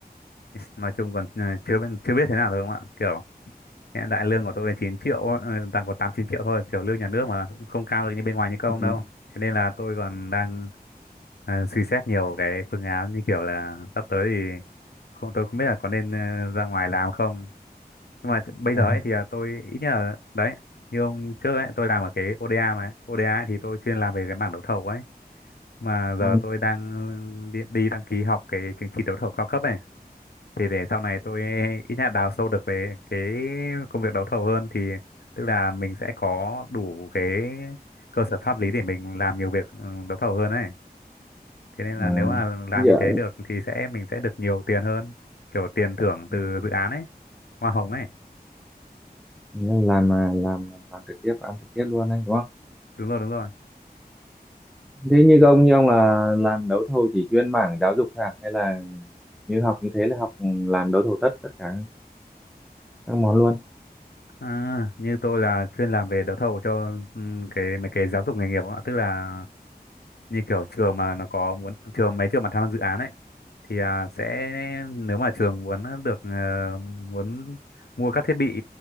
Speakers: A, on the left (about 75°); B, in the centre.
A: nói chung còn ờ, chưa biết chưa biết thế nào thôi không ạ kiểu hiện tại lương của tôi là 9 triệu ấy, ờ, đang có 8 9 triệu thôi kiểu lương nhà nước mà cũng không cao được như bên ngoài như công
B: Ừ.
A: đâu thế nên là tôi còn đang à, suy xét nhiều cái phương án như kiểu là sắp tới thì không tôi không biết là có nên ờ, ra ngoài làm không nhưng mà bây
B: <laughs>
A: giờ ấy thì là tôi ít nhất là đấy như ông trước ấy tôi làm ở cái ODA mà ấy. ODA ấy thì tôi chuyên làm về cái mảng đấu thầu ấy mà giờ
B: Ừ.
A: tôi đang đi, đi đăng ký học cái chứng chỉ đấu thầu cao cấp ấy thì để sau này tôi ít nhất là đào sâu được về cái công việc đấu thầu hơn thì tức là mình sẽ có đủ cái cơ sở pháp lý để mình làm nhiều việc ừ, đấu thầu hơn ấy thế nên
B: À,
A: là nếu mà làm
B: giờ
A: như thế được thì sẽ mình sẽ được nhiều tiền hơn kiểu tiền thưởng
B: Ừ.
A: từ dự án ấy hoa hồng ấy
B: Nghĩa là làm mà làm làm trực tiếp ăn trực tiếp luôn đấy đúng không?
A: đúng rồi đúng rồi
B: thế như ông như ông là làm đấu thầu chỉ chuyên mảng giáo dục thôi à hay là như học như thế là học làm đấu thầu tất tất cả các món luôn
A: à, như tôi là chuyên làm về đấu thầu cho ừm, cái mấy cái giáo dục nghề nghiệp ạ tức là như kiểu trường mà nó có muốn trường mấy trường mà tham gia dự án ấy thì à, sẽ nếu mà trường muốn được ờ, muốn mua các thiết bị